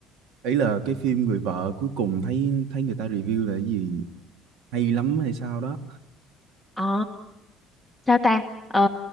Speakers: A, on the right; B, in the centre.
A: ấy là cái phim Người vợ cuối cùng thấy thấy người ta review là cái gì hay lắm hay sao đó.
B: à sao ta ờ,